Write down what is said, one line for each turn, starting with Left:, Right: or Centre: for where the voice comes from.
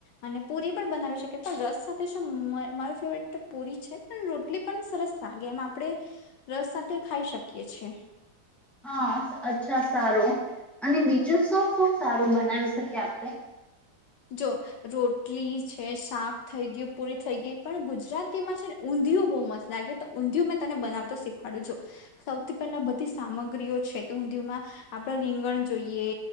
Left: અને પુરી પણ બનાવી શકે પણ રસ સાથે મ મારું ફેવરેટ તો પુરી છે. પણ રોટલી પણ સરસ લાગે. એમ આપણે રસ સાથે ખાઈ શકીએ છે.
Centre: હા, અચ્છા, સારું અને બીજું શું શું સારું બનાવી શકીએ આપણે?
Left: જો રોટલી છે, શાક થઈ ગ્યું, પુરી થઈ ગઈ પણ ગુજરાતીમાં છે ને ઊંધિયું બો મસ્ત લાગે, તો ઊંધિયું મેં તને બનાવતા શીખવાડું જો. સૌથી પહેલા બધી સામગ્રીઓ છે. તો ઊંધિયુંમાં આપડા રીંગણ જોઈએ,